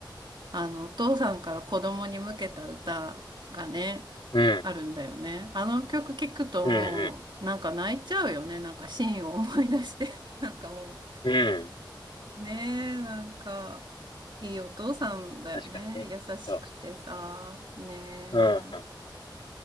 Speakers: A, on the right; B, on the left.
A: あの、お父さんから子供に向けた歌がね、
B: うん。
A: あるんだよね。あの曲聴くともう、
B: うん。
A: なんか泣いちゃうよね。なんかシーンを思い出して。<laughs> なんかも
B: うん。うん
A: う、ねえ、なんか、いいお父さんだよね。
B: 確かにね。
A: 優しくてさ、
B: そう。
A: ねえ。
B: うん。